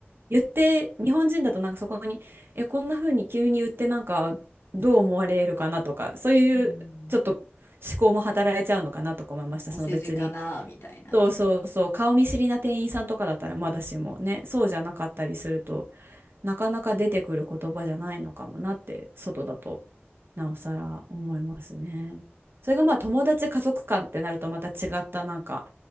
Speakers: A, on the right; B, on the left.
A: 言って、日本人だとなんかそこに、え、こんな風に急に言ってなんかどう思われるかなとか、そういうちょっと
B: うん。
A: 思考も働いちゃうのかなとか思いました。
B: お世辞かな、
A: その別に。
B: みたいな。
A: そうそうそう、顔見知りな店員さんとかだったらまだしもね、そうじゃなかったりすると、なかなか出てくる言葉じゃないのかもなって、外だとなおさら思いますね。それがまあ友達家族間ってなるとまた違ったなんか